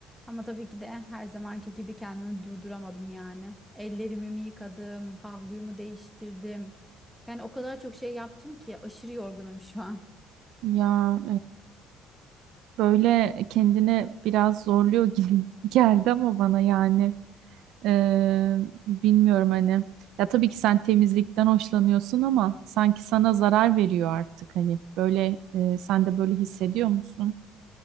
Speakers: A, in the centre; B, on the right.
A: Ama tabii ki de her zamanki gibi kendimi durduramadım yani. Ellerimi mi yıkadım, havluyu mu değiştirdim. Yani o kadar çok şey yaptım ki aşırı yorgunum şu an.
B: Ya e, böyle kendini biraz zorluyor gibi <laughs> geldi ama bana yani e, bilmiyorum hani. Ya tabii ki sen temizlikten hoşlanıyorsun ama sanki sana zarar veriyor artık hani böyle e, sen de böyle hissediyor musun?